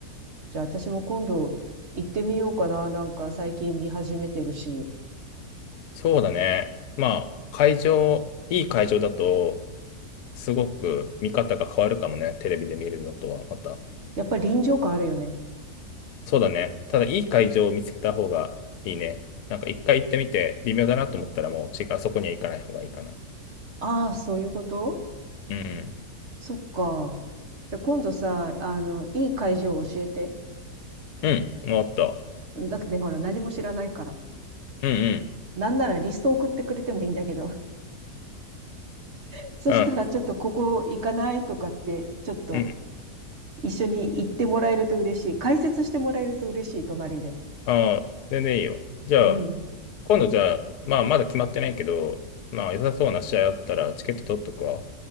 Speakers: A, on the right; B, on the left.
A: じゃあ私も今度行ってみようかな。なんか最近見始めてるし。
B: そうだね。まあ、会場、いい会場だと、すごく見方が変わるかもね。テレビで見るのとはまた。
A: やっぱり臨場感あるよね。
B: そうだね。ただ、いい会場を見つけた方がいいね。なんか一回行ってみて、微妙だなと思ったらもう、違う、そこには行かない方がいいかな。
A: ああ、そういうこと
B: うん。
A: そっか。いや今度さ、あの、いい会場を教えて。
B: うん。終わった。
A: だってね、ほら、何も知らないから。
B: うんうん。
A: なんならリスト送ってくれてもいいんだけど。<laughs> そしたら、
B: あ、
A: ちょっとここ行かないとかって、ちょっと
B: うん。
A: 一緒に行ってもらえると嬉しい。解説してもらえると嬉しい、隣で。
B: ああ、全然いいよ。じゃあ、
A: うん。
B: 今度じゃあ、まあ、まだ決まってないけど、まあ、良さそうな試合あったら、チケット取っとくわ。